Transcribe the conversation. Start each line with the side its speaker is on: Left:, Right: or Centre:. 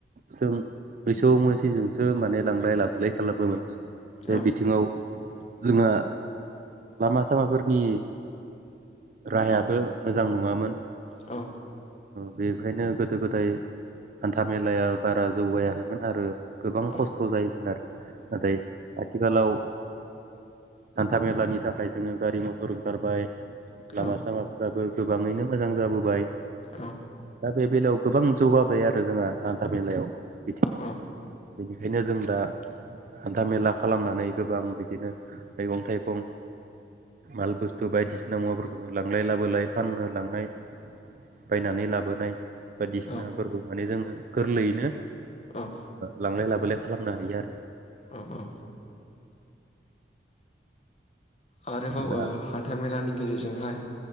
Right: जों मोसौ मैसोजोंसो माने लांलाय लाबोलाय <unintelligible> बे
Left: औ
Right: बिथिङाव जोंहा लामा सामाफोरनि राहायाबो मोजां नङामोन
Left: औ
Right: बेखायनो गोदो गोदाय हान्था मेलाया बारा जौगायाखैमोन आरो गोबां
Left: औ
Right: खस्थ' जायोमोन आरो नाथाय आथिखालाव हान्थाामेलानि थाखाय जोङो गारि मथर ओंखारबाय लामा
Left: औ
Right: सामाफोराबो गोबाङैनो मोजां जाबोबाय
Left: औ
Right: दा बे बेलायाव गोबां जौगाबाय आरो जोंहा हान्था मेलायाव बिथिङाव
Left: औ
Right: बेनिखायनो जों दा हान्था मेला खालामनानै गोबां बिदिनो मैगं थाइगं माल बुस्थु बायदिसिना मुवाफोरखौनो लांलाय लाबोलाय फाननो लांनाय बायनानै लाबोनाय बायदिसिनाफोरखौ
Left: औ
Right: माने जोङो गोरलैयैनो
Left: औ
Right: लांलाय लाबो बोलाय खालामनो हायो आरो
Left: औ-औ आरोबाव
Right: दा
Left: ओ हान्था मेलानि गेजेरजोंहाय